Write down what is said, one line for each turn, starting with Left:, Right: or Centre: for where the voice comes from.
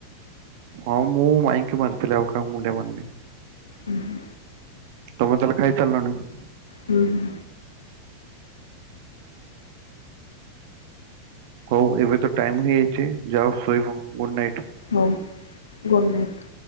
Right: ହଁ ମୁଁ ମାଇକି ମାରଥିଲି ଆଉ କା ମୁଣ୍ଡଆ ମାନେ
Left: ହୁଁ ହୁ
Right: ତମେ ତାହେ ଖାଇ ଚାଲିଲ ନାହିଁ-
Left: ହୁଁ ହୁଁ
Right: ହଉ ଏବେ ତ ଟାଇମ ହେଇଯାଇଛି ଯାଉ ଶୋଇବ ଗୁଡ ନାଇଟ-
Left: ହଉ ଗୁଡ଼ ନାଇଟ୍-